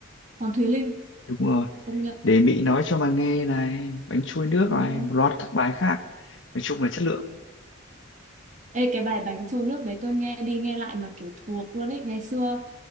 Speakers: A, on the right (about 35°); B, on the left (about 65°).
A: Hoàng Thùy Linh
B: đúng rồi
A: công nhận
B: để Mỹ nói cho mà nghe này bánh trôi nước
A: ừ.
B: này một loạt các bài khác nói chung là chất lượng
A: Ê, cái bài bánh trôi nước đấy tôi nghe đi nghe lại mà kiểu thuộc luôn ấy ngày xưa